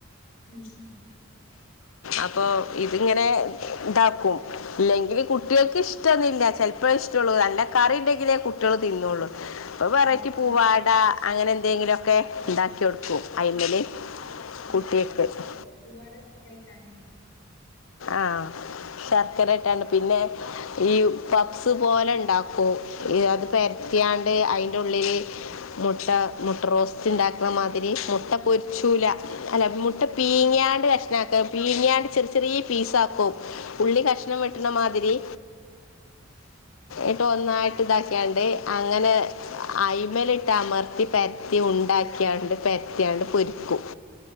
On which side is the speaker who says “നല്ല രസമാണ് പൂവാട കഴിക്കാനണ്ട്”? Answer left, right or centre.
Left